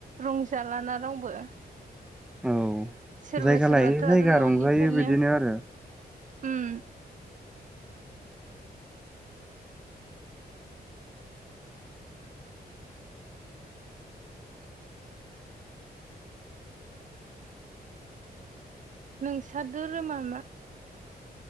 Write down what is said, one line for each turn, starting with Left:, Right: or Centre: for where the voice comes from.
Right: रंजालान रावबो
Centre: औ
Right: सोरबा
Centre: जायगा
Right: सोरबाथ'
Centre: लायै जायगा
Right: आरो न'निफ्रायनो
Centre: रंजायो बिदिनो आरो
Right: उम नोंसोर धोरोमा मा